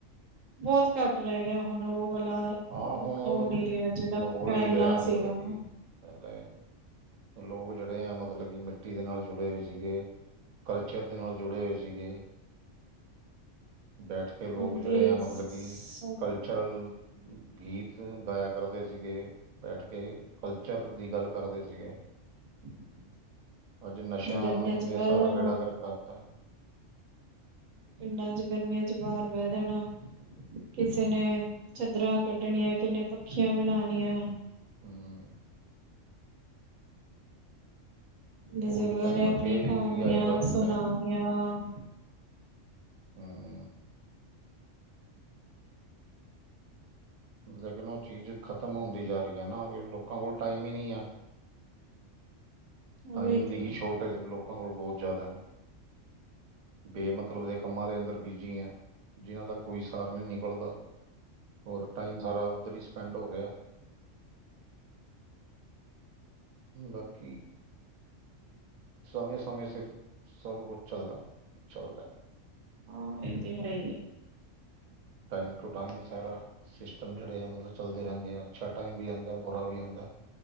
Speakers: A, on the right; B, on the right.
A: ਬਹੁਤ ਘੱਟ ਰਹਿ ਗਿਆ ਹੁਣ ਉਹ ਵਾਲਾ
B: ਹਾਂ ਹੁਣ ਉਹ
A: ਨੀ ਰਿਹਾ ਜਿਹੜਾ
B: ਮਾਹੌਲ
A: ਪਹਿਲਾਂ
B: ਨਹੀ ਰਿਹਾ ਮਤਲਬ
A: ਸੀਗਾ ਨਾ
B: ਪਹਿਲੇ ਲੋਕ ਜਿਹੜੇ ਆ ਮਤਲਬ ਕਿ ਮਿੱਟੀ ਦੇ ਨਾਲ ਜੁੜੇਏ ਸੀਗੇ ਕਲਚਰ ਦੇ ਨਾਲ ਜੁੜੇ ਹੋਏ ਸੀਗੇ ਬੈਠ ਕੇ ਕਿ ਲੋਕ
A: ਹੁਣ
B: ਜਿਹੜੇ
A: ਤੇ
B: ਆ ਮਤਲਬ
A: ਸਭ
B: ਕਿ ਕਲਚਰਲ ਗੀਤ ਗਾਇਆ ਕਰਦੇ ਸੀਗੇ ਬੈਠ ਕੇ ਕਲਚਰ ਦੀ ਗੱਲ ਕਰਦੇ ਸੀਗੇ
A: <unintelligible>
B: ਅੱਜ ਨਸ਼ਿਆਂ
A: ਗਰਮੀਆਂ 'ਚ
B: ਨੇ
A: ਬਹਿ
B: ਸਾਰਾ
A: ਜਾਣਾ
B: ਬੇੜਾ ਗਰਕ ਕਰਤਾ
A: ਪਿੰਡਾਂ ਚ ਗਰਮੀਆਂ ਚ ਵਾਹਰ ਵਹਿ ਜਾਣਾ ਕਿਸੇ
B: ਹੂੰ
A: ਨੇ ਚਾਦਰਾਂ ਕੱਢਣੀਆਂ ਕਿਨੇ ਪੱਖੀਆਂ ਬਣਾਉਣੀਆਂ
B: ਹਮ
A: ਬਜ਼ੁਰਗਾਂ
B: ਉਹੀ ਟਾਈਮ
A: ਨੇ ਆਪਣੀ
B: ਅੱਗੇ
A: ਕਹਾਣੀਆਂ
B: ਵੀ ਆਏਗਾ ਉਹ
A: ਸੁਣਾਣੀਆਂ
B: ਟਾਈਮ ਹਾਂ ਲੇਕਿਨ ਉਹ ਚੀਜ਼ ਖ਼ਤਮ ਹੁੰਦੀ ਜਾ ਰਹੀ ਨਾ ਲੋਕਾਂ ਕੋਲ ਟਾਈਮ ਹੀ ਨਹੀ ਹੈ
A: ਉਹ
B: ਟਾਈਮ
A: ਵੀ
B: ਦੀ
A: ਤੇ
B: ਹੀ ਛੋਟ ਜ਼ ਲੋਕਾਂ ਕੋਲ ਬਹੁਤ ਜ਼ਿਆਦਾ ਹੈ ਬੇਮਤਲਬ ਦੇ ਕੰਮਾਂ ਦੇ ਅੰਦਰ ਬੀਜੀ ਆ ਜਿਹਨਾਂ ਦਾ ਕੋਈ ਸਾਰ ਨਹੀਂ ਨਿਕਲਦਾ ਔਰ ਟਾਈਮ ਸਾਰਾ ਉੱਧਰ ਹੀ ਸਪੈਂਡ ਹੋ ਰਿਹਾ ਬਾਕੀ ਸਮੇ ਸਮੇਂ ਸ ਸਭ ਕੁਛ ਚੱਲਦਾ- ਚੱਲਦਾ
A: ਹਾਂ ਇਹ ਤੇ ਹੈ ਹੀ ਆ।
B: ਟਾਈਮ ਟੂ ਟਾਈਮ ਸਾਰਾ ਸਿਸਟਮ ਜਿਹੜੇ ਆ ਮਤਲਬ ਚੱਲਦੇ ਰਹਿੰਦੇ ਆ ਅੱਛਾ ਟਾਈਮ ਵੀ ਆਉਂਦਾ ਬੁਰਾ ਵੀ ਆਉਂਦਾ।